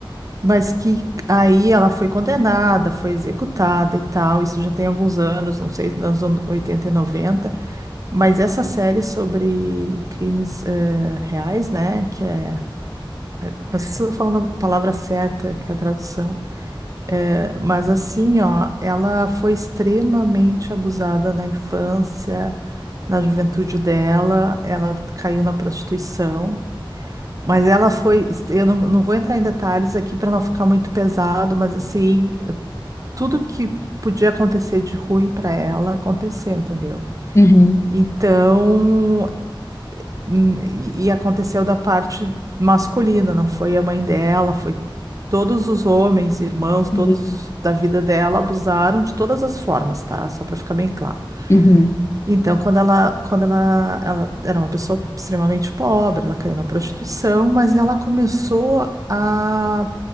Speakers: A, on the right (about 40°); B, on the left (about 30°).
A: mas que aí ela foi condenada, foi executada e tal. Isso já tem alguns anos, não sei, nos anos 80 e noventa Mas essa série sobre crimes eh, reais, né, que é Não sei se estou falando a palavra certa, que é a tradução, é, mas assim, ó, ela foi extremamente abusada na infância, na juventude dela, ela caiu na prostituição, mas ela foi, eu não, não vou entrar em detalhes aqui para não ficar muito pesado, mas assim, tudo que podia acontecer de ruim para ela aconteceu, entendeu?
B: Uhum.
A: Então, Hum, E e aconteceu da parte masculina, não foi a mãe dela, foi todos os homens, irmãos,
B: Sim.
A: todos da vida dela abusaram de todas as formas, tá? Só para ficar bem claro.
B: Uhum.
A: Então, quando ela, quando ela, ela era uma pessoa extremamente pobre, ela caiu na prostituição, mas ela começou a